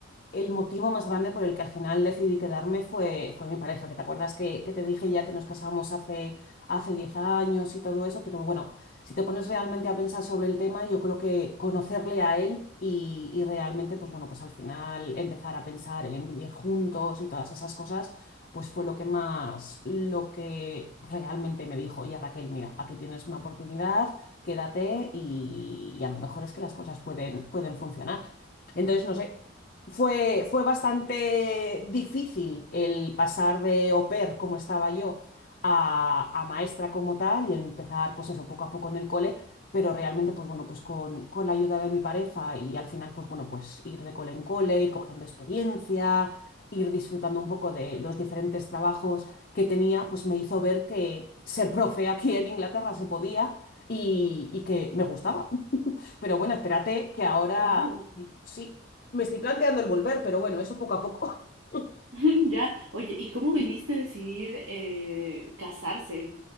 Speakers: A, on the left (about 45°); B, on the right (about 75°).
A: El motivo más grande por el que al final decidí quedarme fue, fue mi pareja, que te acuerdas que, que te dije ya que nos casamos hace, hace 10 años y todo eso, pero bueno, si te pones realmente a pensar sobre el tema, yo creo que conocerle a él y, y realmente, pues bueno, pues al final empezar a pensar en vivir juntos y todas esas cosas, pues fue lo que más, lo que realmente me dijo, oye Raquel, mira, aquí tienes una oportunidad, quédate y, y a lo mejor es que las cosas pueden, pueden funcionar. Entonces, no sé. Fue, fue bastante difícil el pasar de au pair, como estaba yo, a, a maestra como tal y empezar, pues eso, poco a poco en el cole, pero realmente, pues bueno, pues con, con la ayuda de mi pareja y al final, pues bueno, pues ir de cole en cole, ir cogiendo experiencia, ir disfrutando un poco de los diferentes trabajos que tenía, pues me hizo ver que ser profe aquí en Inglaterra se podía y y que me gustaba. Pero bueno, espérate que ahora
B: Claro.
A: sí, sí, me estoy planteando el volver, pero bueno, eso poco a poco. <laughs>
B: <laughs> Ya, oye, ¿y cómo viviste decidir eh, casarse?